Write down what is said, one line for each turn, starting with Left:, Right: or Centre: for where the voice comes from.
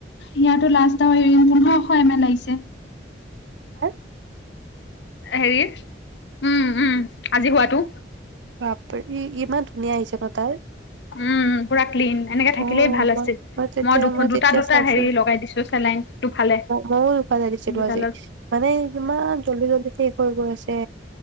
Left: ইয়াতো লাষ্ট এৰিণ পোন্ধৰশ এম এল লাগিছে
Right: হা
Left: হেৰি উম উম আজি হোৱাটো
Right: বাপ ই ইমান ধুনীয়া আহিছে ন তাৰ
Left: উম পুৰা ক্লিন এনেকে থাকিলেই
Right: অ
Left: ভাল
Right: মই
Left: আছিল
Right: মই তেতিয়া
Left: দু
Right: মই
Left: দুটা
Right: তেতিয়া
Left: দুটা
Right: চাইছো
Left: হেৰি লগাই দিছো চেলাইন দুফালে
Right: ময়ো উপালে দিছিলো
Left: দুডালত
Right: আজি মানে ইমান জল্দি জল্দি স হৈ গৈছে